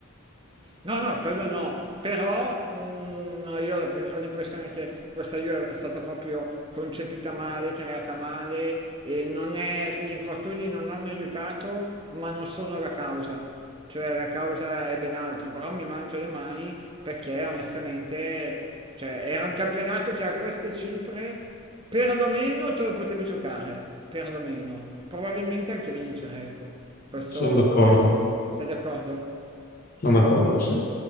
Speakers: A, on the right; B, on the left.
A: No, no, quello no, però mm, no, io ho la pre- ho l'impressione che questa Juve è stata proprio concepita male, creata male e non è, gli infortuni non hanno aiutato, ma non sono la causa. Cioè la causa è ben altro, però mi mangio le mani perché onestamente cioè, era un campionato che a queste cifre perlomeno te lo potevi giocare, perlomeno, probabilmente anche vincere, ecco. Questo
B: sono d'accordo.
A: sì, sei d'accordo?
B: Sono d'accordo, sì.